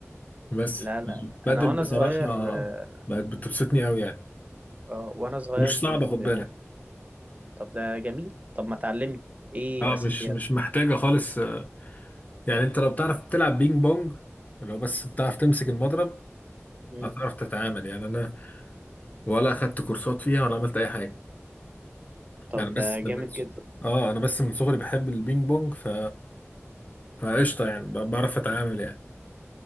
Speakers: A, on the left (about 35°); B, on the right (about 30°).
A: بس
B: لا لا
A: بدل
B: انا وانا
A: بصراحة
B: صغير اه
A: بقت بتبسطني قوي يعني
B: آه، وانا صغير
A: ومش
B: كنت
A: صعبة خد
B: آه،
A: بالك
B: طب ده جميل طب ما تعلمني ايه
A: اه
B: اساسيات
A: مش مش محتاجة خالص آه، يعني انت لو بتعرف تلعب بينج بونج لو بس بتعرف تمسك المضرب
B: مم.
A: هتعرف تتعامل يعني انا ولا اخدت كورسات فيها ولا عملت اي حاجة
B: طب
A: انا
B: ده
A: بس
B: جامد
A: من
B: جدا
A: اه انا بس من صغري بحب البينج بونج ف فقشطه يعني ب- بعرف اتعامل يعني